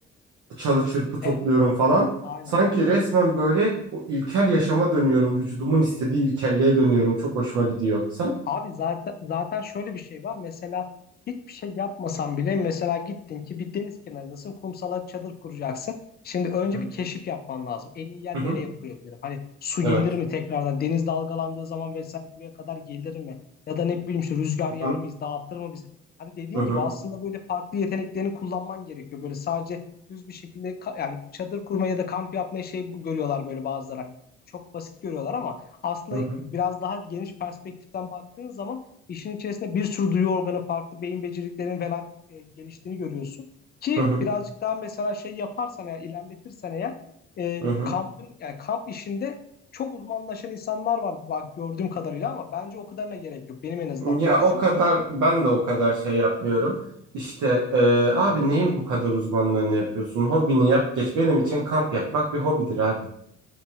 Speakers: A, on the right (about 55°); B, on the left (about 30°).
A: çalı çırpı topluyorum
B: Evet.
A: falan.
B: Aynen.
A: Sanki resmen böyle o ilkel yaşama dönüyorum. Vücudumun istediği ilkelliğe dönüyorum. Çok hoşuma gidiyor. Sen?
B: Abi zaten zaten şöyle bir şey var. Mesela hiçbir şey yapmasan bile mesela gittin ki bir deniz kenarındasın. Kumsala çadır kuracaksın. Şimdi önce
A: Hı hı.
B: bir keşif yapman lazım. En iyi yer
A: hı hı,
B: nereye koyabilirim? Hani su
A: Evet.
B: gelir mi tekrardan? Deniz dalgalandığı zaman vesaire buraya kadar gelir mi? Ya da ne bileyim işte rüzgar yer
A: Hı hı.
B: miyiz? Dağıtır mı bizi? Hani dediğin
A: Hı hı.
B: gibi aslında böyle farklı yeteneklerini kullanman gerekiyor. Böyle sadece düz bir şekilde ka- yani çadır kurmaya da kamp yapmaya şey bu- görüyorlar böyle bazıları hani. Çok basit görüyorlar ama aslında
A: Hı hı.
B: biraz daha geniş perspektiften baktığın zaman işin içerisinde bir sürü duyu organı farklı beyin becerilerinin falan e, geliştiğini görüyorsun. Ki
A: Hı hı.
B: birazcık daha mesela şey yaparsan eğer ilerletirsen eğer e,
A: hı. hı.
B: kampın yani kamp işinde çok uzmanlaşan insanlar var bak gördüğüm kadarıyla ama bence o kadarına gerek yok. Benim en azından
A: Ya
B: görüşüm.
A: o kadar ben de o kadar şey yapmıyorum. İşte e, abi neyin bu kadar uzmanlığını yapıyorsun? Hobini yap geç. Benim için kamp yapmak bir hobidir abi.